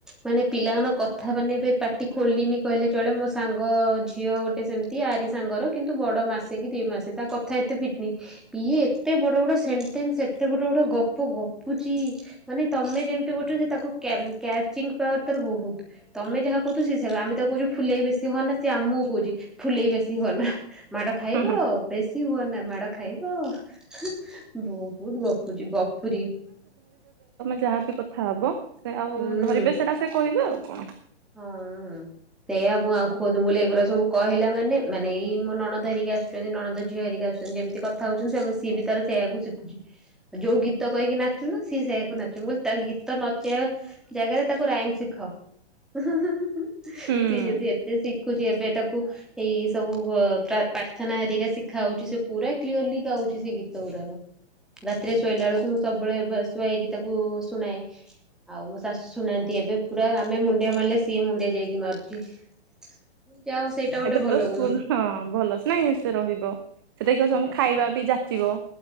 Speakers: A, in the centre; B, on the right.
A: ମାନେ ପିଲାମାନଙ୍କ କଥା ମାନେ ଏବେ ପାଟି ଖୋଲିନି କହିଲେ ଚଳେ ମୋ ସାଙ୍ଗ ଝିଅ ଗୋଟେ ସେମତି ଆରି ସାଙ୍ଗର କିନ୍ତୁ ବଡ଼ ମାସେ କି ଦି ମାସେ ତା କଥା ଏତେ ଫିଟନି ଇଏ ଏତେ ବଡ଼ ବଡ଼ ସେଣ୍ଟେନ୍ସ ଏତେ ବଡ଼ ବଡ଼ ଗପ ଗପୁଚି ମାନେ ତମେ ଯେମତି କରୁଚ ସେ ତାକୁ କ୍ୟାମ୍ କ୍ୟାଚିଂ ପାୱାର ତାର ବୋହୁତ ତମେ ଯାହା କୋହୁଥୁବ ସେ ସେବ ଆମେ ତାକୁ କୋହୁଚୁ ଫୁଲେଇ ବେଶି ହନା ସିଏ ଆମୁକୁ କୋହୁଚି ଫୁଲେଇ ବେଶୀ ହଅନା। ମାଡ଼ ଖାଇବ
B: ହୁଁ ହୁଁ।
A: ପ୍ରେସ୍ ସି ହୁଅନା ମାଡ଼ ଖାଇବ। <unintelligible> ବୋହୁତ ଗପୁଚି ଗପୁରୀ।
B: ଯାହା ବି କଥା ହବ। ସେ ଆଉ
A: ହୁଁ
B: ଧରିବେ ସେଟା ସେ କହିବେ ଆଉ। କଣ?
A: ହଁ ଉଁ ସେଇଆ ମୁଁ ଆଙ୍କୁ କହୁଥୁ ମୁଁ କଲି ଏଗୁରା ସବୁ କହିଲା ମାନେ ମାନେ ଏଇ ମୋ ନଣନ୍ଦ ହେରିକା ଆସୁଚନ୍ତି ନଣନ୍ଦ ଝିଅ ହେରିକା ଆସୁଚନ୍ତି ଯେମତି କଥା ହୋଉଚନ୍ତି ସେମତି ସିଏ ବି ତାର ସେଇଆକୁ ଶିଖୁଚି ଆ ଯୋଉ ଗୀତ କହିକି ନାଚୁନ ସିଏ ସେଇଆକୁ ନାଚୁ ମୁଁ କଇଲି ତା ଗୀତ ନଚେଇବା ଜାଗାରେ ତାକୁ ରାଇମ ଶିଖାଅ। <inaudible> ସିଏ
B: ହୁଁ।
A: ଯଦି ଏତେ ସି ଶିଖୁଛି ଏବେ ତାକୁ ଏଇ ସବୁ ପ୍ରାର୍ଥନା ହରିକା ଶିଖା ହଉଛି ସେ ପୁରା କ୍ଲିୟରଲି ଗାଉଛି ସେ ଗୀତ ଗୁଡାକ ରାତିରେ ଶୋଇଲା ବେଳକୁ ମୁଁ ସବୁବେଳେ ଶୁଆଇକି ତାକୁ ଶୁଣାଏ ଆଉ ମୋ ଶାଶୁ ଶୁନାନ୍ତି ଏବେ ପୁରା ଆମେ ମୁ ଡିଆ ମାନିଲେ ସିଏମ୍ ମୁଡିଆ ଯାଇକି ମାରୁଛି। ଯାହା ହଉ ସେଇଟା ଗୋଟେ
B: ଏବେ
A: ଭଲ
B: ତ
A: ଗୁଣ।
B: ସ୍କୁଲ ହଁ ଭଲସ ନାଇ ସେ ରହିବ। ସେଟା ସୁ ଖାଇବା ବି ଯା ଯିବ